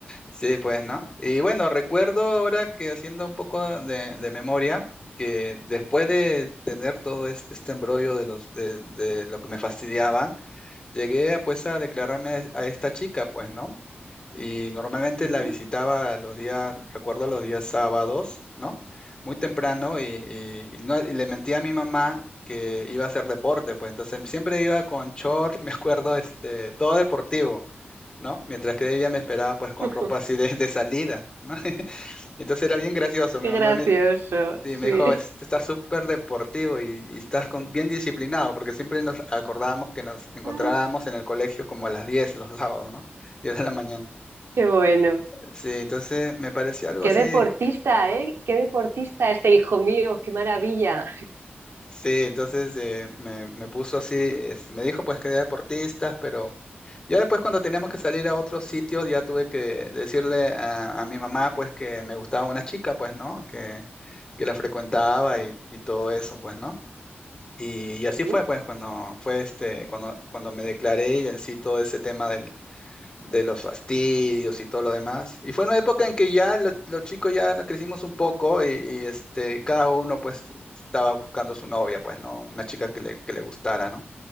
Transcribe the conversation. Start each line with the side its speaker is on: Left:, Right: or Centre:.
Left: Sí, pues, ¿no? Y bueno, recuerdo ahora que haciendo un poco de, de memoria, que después de tener todo este, este embrollo de los de, de lo que me fastidiaba, llegué a, pues a declararme a esta chica, pues, ¿no? Y normalmente
Right: Ujú.
Left: la visitaba los días, recuerdo los días sábados, ¿no? Muy temprano y, y- y no- y le mentía a mi mamá que iba a hacer deporte, pues entonces siempre iba con short, <laughs> me acuerdo, este, todo deportivo, ¿no? Mientras que ella me esperaba pues con
Right: <laughs>
Left: ropa así de, de salida, ¿no? <laughs> Entonces era bien gracioso,
Right: Qué
Left: mi mamá
Right: gracioso,
Left: me, sí,
Right: sí.
Left: me dijo, "Es- estás súper deportivo y, y estás con- bien disciplinado, porque siempre nos acordábamos que nos encontrábamos
Right: Ay,
Left: en el colegio como a las 10 los sábados, ¿no? 10 de la mañana.
Right: Qué bueno.
Left: Sí, entonces me pareció algo
Right: Qué
Left: así.
Right: deportista, ¿eh? Qué deportista este hijo mío, qué maravilla.
Left: Sí, entonces eh, me, me puso así, es- me dijo pues que era deportistas, pero ya después cuando teníamos que salir a otros sitios ya tuve que decirle a, a mi mamá pues que me gustaba una chica pues, ¿no? Que, que la frecuentaba y, y todo eso pues, ¿no? Y, y así
Right: Ujú,
Left: fue pues cuando fue este, cuando, cuando me declaré y vencí todo ese tema de los fastidios y todo lo demás. Y fue una época en que ya lo- los chicos ya nos crecimos un poco y, y, este, cada uno pues estaba buscando su novia, pues, ¿no? Una chica que le, que le gustara, ¿no?